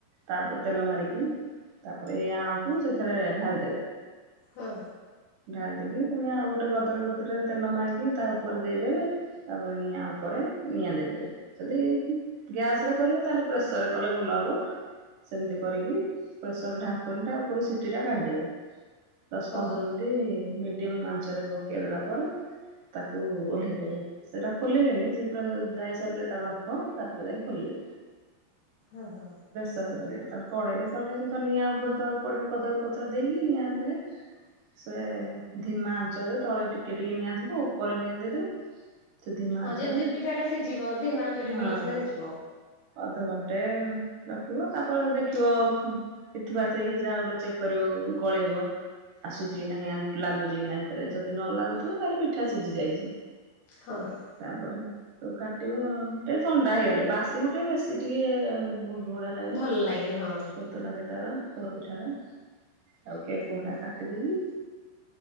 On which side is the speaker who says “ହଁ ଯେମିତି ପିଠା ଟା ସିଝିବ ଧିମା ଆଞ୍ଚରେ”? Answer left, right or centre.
Left